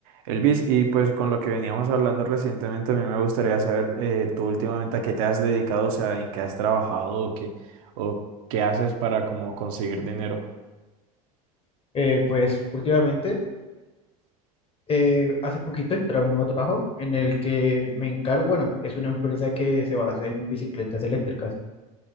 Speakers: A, on the right; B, on the left.
A: Elvis, y pues con lo que veníamos hablando recientemente, a mí me gustaría saber eh, tú últimamente a qué te has dedicado, o sea, en qué has trabajado o qué, o qué haces para como conseguir dinero.
B: Eh, pues últimamente, eh, hace poquito entré a un nuevo trabajo en el que me encargo, bueno, es una empresa que se basa en bicicletas eléctricas